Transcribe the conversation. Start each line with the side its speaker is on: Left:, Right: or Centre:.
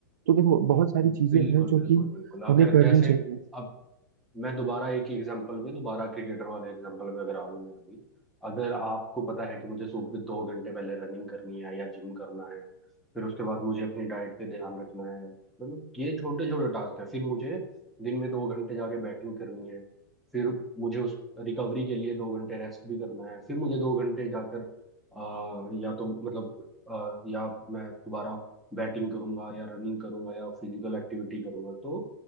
Right: तो देखो बहुत सारी
Centre: बिल्कुल
Right: चीजें हैं जो
Centre: बिल्कुल
Right: कि
Centre: बिल्कुल अगर
Right: हमें करनी
Centre: जैसे
Right: चाहिए
Centre: अब मैं दोबारा एक ही एग्जांपल पे दोबारा क्रिकेटर वाले एग्जांपल पे अगर आऊं मैं अभी अगर आपको पता है कि मुझे सुबह के दो घंटे पहले रनिंग करनी है या जिम करना है फिर उसके बाद मुझे अपनी डाइट पे ध्यान रखना है मतलब ये छोटे छोटे टास्क हैं फिर मुझे दिन में दो घंटे जाके बैटिंग करनी है फिर मुझे उस रिकवरी के लिए दो घंटे रेस्ट भी करना है फिर मुझे दो घंटे जाकर आ, या तो मतलब अ, या मैं दोबारा बैटिंग करूंगा या रनिंग करूंगा या फिजिकल एक्टिविटी करूंगा तो